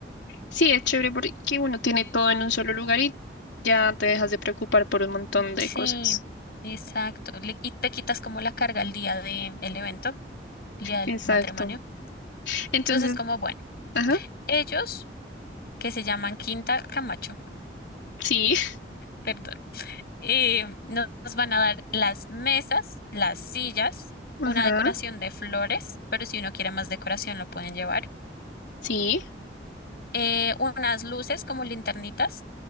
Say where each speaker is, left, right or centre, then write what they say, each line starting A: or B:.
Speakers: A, on the left; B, on the left.
A: Sí, es chévere porque uno tiene todo en un solo lugar y ya te dejas de preocupar por un montón de
B: Sí,
A: cosas.
B: exacto. Le- y te quitas como la carga el día del evento, el día del
A: Exacto.
B: matrimonio.
A: Entonces,
B: Entonces es como bueno.
A: ajá,
B: Ellos, que se llaman Quinta Camacho,
A: sí, <laughs>
B: perdón, eh, nos van a dar las mesas, las sillas,
A: ajá,
B: una decoración de flores, pero si uno quiere más decoración lo pueden llevar,
A: sí,
B: eh, unas luces como linternitas